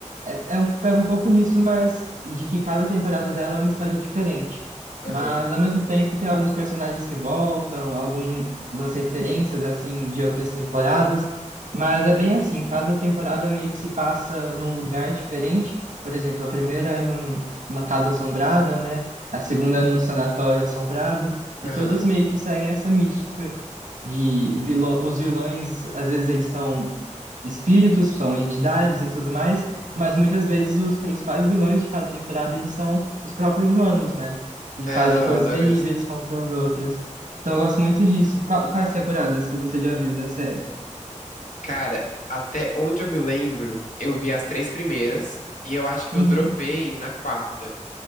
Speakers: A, on the right; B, on the left.
A: é, é um, pega um pouco nisso, mas de que cada temporada dela é uma história diferente.
B: Aham,
A: Mas ao mesmo tempo tem alguns personagens que voltam, algumas referências assim de outras temporadas. Mas é bem assim, cada temporada meio que se passa num lugar diferente. Por exemplo, a primeira é num uma casa assombrada, né? A segunda é num sanatório assombrado,
B: aham.
A: e todas meio que seguem essa mística de vilão, os vilões, às vezes eles são espíritos, são entidades e tudo mais, mas muitas vezes os principais vilões de cada temporada eles são os próprios humanos, né? E
B: É,
A: fazem
B: não,
A: coisas
B: eu adoro
A: terríveis
B: isso.
A: contra os outros. Então eu gosto muito disso. Qua- Quais temporadas que você já viu da série?
B: Cara, até onde eu me lembro, eu vi as três primeiras e eu acho que
A: Uhum.
B: eu dropei na quarta.